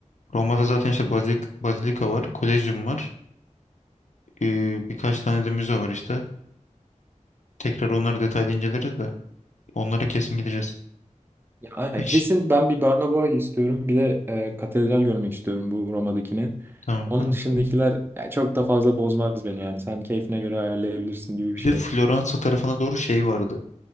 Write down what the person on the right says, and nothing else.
Ya, Aynen,
kesin ben bir Barnaboy istiyorum. Bir de e, katedral görmek istiyorum bu Roma'dakini.
Onun
dışındakiler ya, çok da fazla bozmaz beni yani. Sen keyfine göre ayarlayabilirsin gibi bir
şey.